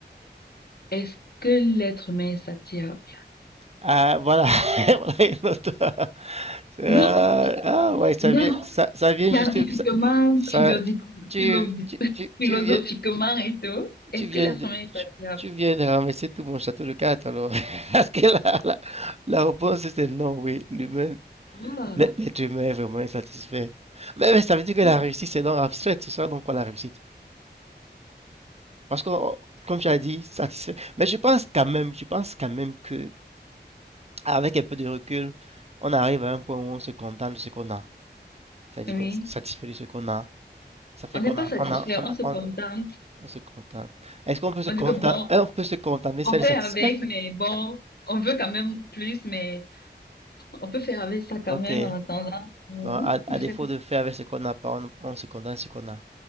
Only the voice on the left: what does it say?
Est-ce que l'être humain est satiable?
Non,
non,
Scientifiquement,
philosophi-
philo-
<laughs>
philosophiquement
et tout, est-ce
que l'être
humain est
satisfait?
Voilà.
Oui,
on
n'est pas
satisfait,
on
se
contente.
On
dit que bon,
on
fait
avec, mais bon, on veut quand même plus, mais on peut faire avec ça quand
même en attendant. Ou-
Je
sais pas.
<laughs>